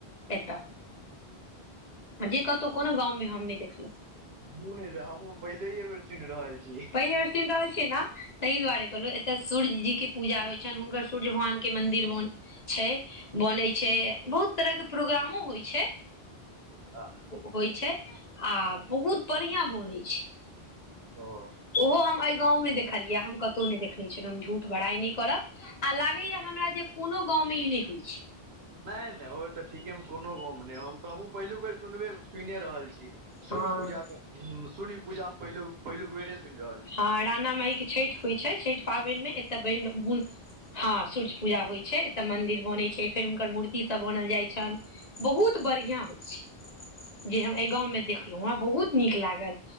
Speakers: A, on the left (about 45°); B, on the right (about 80°).
A: एतऽ जे कतहुॅं कोनो गाँव में हम नहि देखलहुँं।
B: हमहुँ नहि हमहुँ पहिलये बेर सुनि रहल छी
A: पहिल बेर सुनि रहल छियै नेॅं ताहि दुआरे कहलहुँ एता सूर्य जी के पूजा होइ छनि हुनकर सूर्य भगवान के मंदिर बनऽ छै बऽनय छै। छै। बहुत तरहके प्रोग्रामो होइ छै।
B: हँ
A: होइ छै, आ बहुत बढ़ियाॅं बऽनै छै।
B: ओ
A: ओहो हम अहि गाँवमे देखलियै हम कतहुॅं नहि देखने छलहुँ हम झूठ बड़ाई नहि करब। आ लागैये हमरा जे कोॅंनो गाँवमें ई नहि होइ छै।
B: नहि नहि ओ तऽ ठीकेमे कोनो गाॅंव में नहि, हम तऽ हमहूँ पहिलुक बेर सुनबे सुइने रहल छी। सूर्य
A: हँ
B: पूजा के सूर्य पूजा मे पहिल पहिलुक बेरे सुनि रहल छी।
A: हँ राणा माइके छठि होइ छै। छठि पाबनिमे एतय बनि हँ सूर्य पूजा होइ छै एतऽ मन्दिर बनैत छै फेर हुनकर मूर्ति सभ बऽनल जाइ छन्हि। बहुत बढ़िआँ होइत छै। जे हम एहि गाँवमे देख देखलहु हं बहुत नीक लागल,